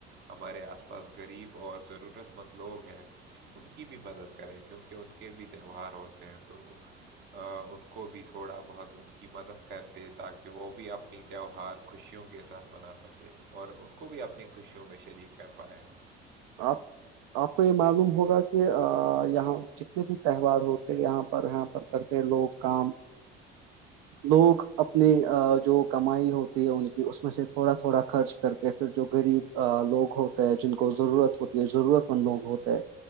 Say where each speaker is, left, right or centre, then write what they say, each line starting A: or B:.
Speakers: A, on the right (about 55°); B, on the right (about 80°).
A: ہمارے آس پاس غریب اور ضرورت مند لوگ ہیں ان کی بھی مدد کرے کیونکہ ان کے بھی تہوار ہوتے ہیں تو ان کو بھی تھوڑا بہت ان کی مدد کر دے تاکہ کہ وہ بھی اپنی تہوہار خوشیوں کے ساتھ منا سکے اور ان کو بھی اپنی خوشیوں میں شریک کر پائے ہیں
B: آپ آپ کو یہ معلوم ہوگا کہ یہاں جتنے بھی تہوار ہوتے یہاں پر یہاں پر کرتے لوگ کام لوگ اپنی جو کمائی ہوتی ہے ان کی اس میں سے تھوڑا تھوڑا خرچ کر کے پھر جو غریب لوگ ہوتے جن کو ضرورت ہوتی ہے ضرورت مند لوگ ہوتے ہیں